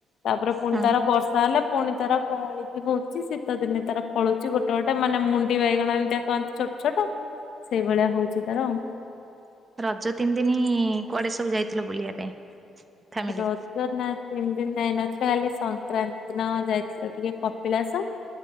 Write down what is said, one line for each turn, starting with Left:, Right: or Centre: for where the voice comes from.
Left: ତାପରେ ପୁଣି
Right: ହୁଁ
Left: ତାର ବର୍ଷା ହେଲେ ପୁଣି ତାର କଁଳିକି ହଉଛି ଶୀତ ଦିନେ ତାର ଫଳୁଛି ଗୋଟେ ଗୋଟେ ମାନେ ମୁଣ୍ଡି ବାଇଗଣ ଏମିତିଆ କନ୍ତି ଛୋଟ ଛୋଟ ସେଇଭଳିଆ ହଉଛି ତାର ଆଉ।
Right: ରଜ ତିନି ଦିନ କୁଆଡେ ସବୁ ଯାଇଥିଲ ବୁଲିବା ପାଇଁ? ଫ୍ୟାମିଲି?
Left: ରଜ ନା ତିନି ନେଇ ନଥିଲେ ଖାଲି ସଂକ୍ରାନ୍ତି ଦିନ ଯାଇଥିଲ ଟିକେ କପିଳାସ।